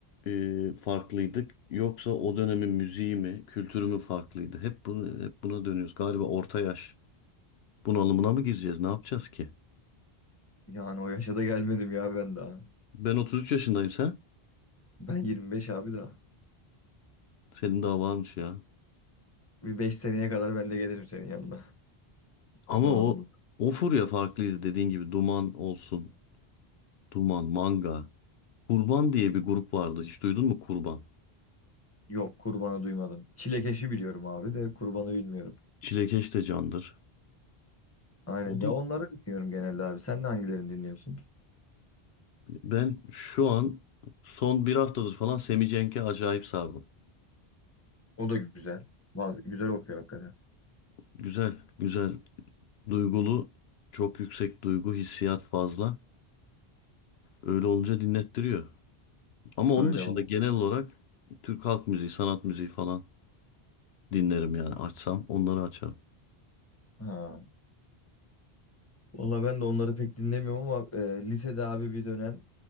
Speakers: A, on the left (about 80°); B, on the left (about 15°).
A: e, farklıydık yoksa o dönemin müziği mi, kültürü mü farklıydı? Hep bunu hep buna dönüyoruz. Galiba orta yaş bunalımına mı gireceğiz? Ne yapacağız ki?
B: Yani o yaşa da gelmedim ya ben daha.
A: Ben 33 yaşındayım sen?
B: Ben 25 abi daha.
A: Senin daha varmış ya.
B: Bir 5 seneye kadar ben de gelirim senin yanına.
A: Ama
B: Bunalımlık.
A: o o furya farklıydı dediğin gibi Duman olsun. Duman, Manga. Kurban diye bir grup vardı. Hiç duydun mu Kurban?
B: Yok kurbanı duymadım. Çilekeşi biliyorum abi de kurbanı bilmiyorum.
A: Çilekeş de candır.
B: Aynen
A: O da
B: ya onları dinliyorum genelde abi. Sen de hangilerini dinliyorsun?
A: ben şu an son bir haftadır falan Semi Cenk'e acayip sardım.
B: O da güzel. Bazı, güzel okuyor hakikaten.
A: Güzel, güzel, duygulu, çok yüksek duygu, hissiyat fazla. Öyle olunca dinlettiriyor. Ama onun
B: Öyle
A: dışında
B: var.
A: genel olarak Türk halk müziği, sanat müziği falan dinlerim yani açsam onları açarım.
B: Ha. Valla ben de onları pek dinlemiyorum ama e, lisede abi bir dönem